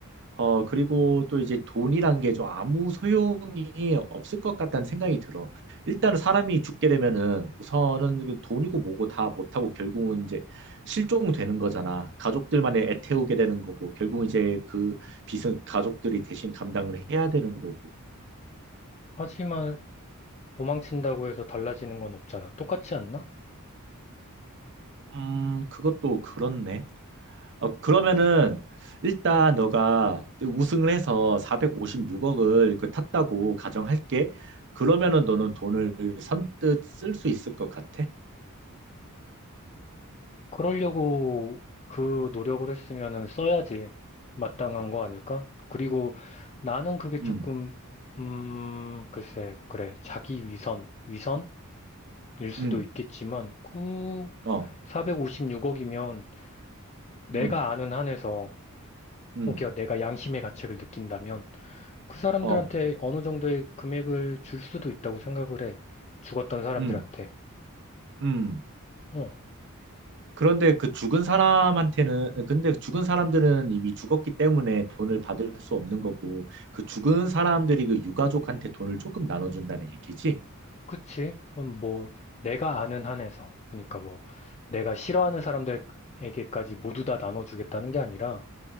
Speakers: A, on the right; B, on the left.
A: 어, 그리고 또 이제 돈이란 게 좀 아무 소용이 없을 것 같다는 생각이 들어. 일단은 사람이 죽게 되면은 우선은 그 돈이고 뭐고 다 못하고 결국은 이제 실종되는 거잖아. 가족들만의 애태우게 되는 거고, 결국 이제 그 빚은 가족들이 대신 감당을 해야 되는 거고.
B: 하지만 도망친다고 해서 달라지는 건 없잖아. 똑같지 않나?
A: 음, 그것도 그렇네. 어, 그러면은 일단 너가 우승을 해서 456억을 그 탔다고 가정할게. 그러면은 너는 돈을 선뜻 쓸 수 있을 것 같아?
B: 그러려고 그 노력을 했으면은 써야지 마땅한 거 아닐까? 그리고 나는 그게 조금,
A: 음,
B: 음, 글쎄, 그래. 자기 위선, 위선일 수도
A: 음,
B: 있겠지만, 그
A: 어,
B: 456억이면 내가
A: 음,
B: 아는 한에서
A: 음,
B: 혹여 내가 양심의 가책을 느낀다면 그 사람들한테
A: 어,
B: 어느 정도의 금액을 줄 수도 있다고 생각을 해. 죽었던 사람들한테.
A: 음, 음.
B: 응.
A: 그런데 그 죽은 사람한테는, 근데 죽은 사람들은 이미 죽었기 때문에 돈을 받을 수 없는 거고, 그 죽은 사람들이 그 유가족한테 돈을 조금 나눠준다는 얘기지?
B: 그치? 그럼 뭐, 내가 아는 한에서. 그러니까 뭐, 내가 싫어하는 사람들에게까지 모두 다 나눠주겠다는 게 아니라,